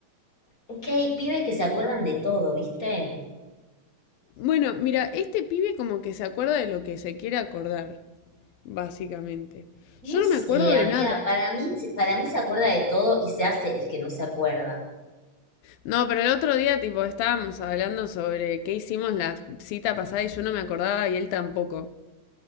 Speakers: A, on the left; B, on the left.
A: Es que hay pibes que se acuerdan de todo, ¿viste?
B: Bueno, mira, este pibe como que se acuerda de lo que se quiere acordar. Básicamente.
A: No
B: Yo no
A: sé,
B: me acuerdo
A: amiga,
B: de nada.
A: para mí, para mí se acuerda de todo y se hace el que no se acuerda.
B: No, pero el otro día, tipo, estábamos hablando sobre qué hicimos la cita pasada y yo no me acordaba y él tampoco.